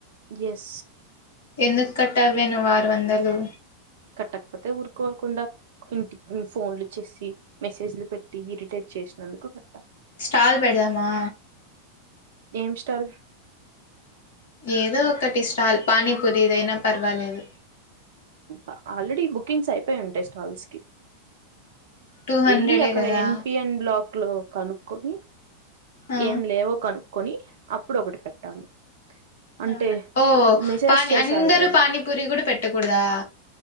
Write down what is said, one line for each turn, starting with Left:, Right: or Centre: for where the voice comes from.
Right: ఎస్
Left: ఎందుక్ పెట్టావేనువ్వు ఆరు వందలు
Right: కట్టకపోతే ఊరుకోకుండా ఇంటి ఫోన్లు చేసి మెసేజ్లు పెట్టి ఇరిటేట్ చేసినందుకు కట్టా
Left: స్టాల్ పెడదామా
Right: ఏం స్టాల్
Left: ఏదో ఒకటి స్టాల్ పానీపూరిదైనా పర్వాలేదు
Right: ఆ ఆల్రెడీ బుకింగ్స్ అయిపోయి ఉంటాయి స్టాల్స్ కి
Left: టూ హండ్రెడే
Right: ఎళ్ళి అక్కడ
Left: కదా
Right: ఎన్పీఎన్ బ్లాక్ లో కనుక్కొనీ
Left: ఆ
Right: ఏం లేవు కను కొని అప్పుడు ఒకటి పెట్టాలి అంటే
Left: అవునా ఓ
Right: మెసేజ్
Left: పానీ
Right: చేశారు
Left: అందరు
Right: కదా
Left: పానీ పూరి కూడా పెట్టకూడదా